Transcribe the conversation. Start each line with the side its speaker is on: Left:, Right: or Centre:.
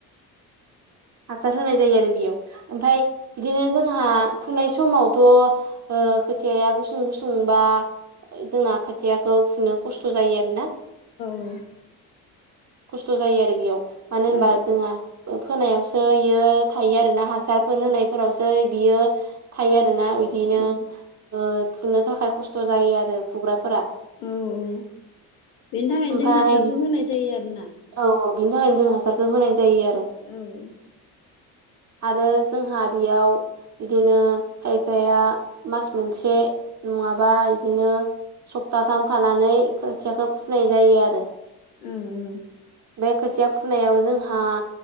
Right: हासार होनाय जायो आरो बेयाव ओमफफ्राय बिदिनो जोंहा फुनाय समावथ' ओ खोथिा गुसुं गुसुं बा जोंना खाोथियाखौ फुनो खस्थ' जायो आरोना
Left: द <unintelligible>
Right: खस्थ' जायो आरो बेयाव मानो होनबा
Left: औ
Right: जोंहा फोनायाव बियो थायो आरो ना हासारफोर होनायफोरावसो बियो थायो आरोना बिदिनो
Left: औ
Right: ओ‌फुननो थाखाय खस्थ' जायो आरो फुग्राफोरा
Left: औ औ बेनि थाखायनो
Right: ओमफाय
Left: जों हासारखौ होनाय जायो आरोना
Right: औ औ बिनि थाखायनो जों हासारखौ होनाय जायो आरो
Left: औ
Right: आरो जोंहा बेयाव बिदिनो खायफाया मास मोनसे नङाबा बिदिनो सप्ताथाम थानानै खोथियाखौ फुनाय जायो आरो
Left: उम उम
Right: बे खोथिया फुनायाव जोंहा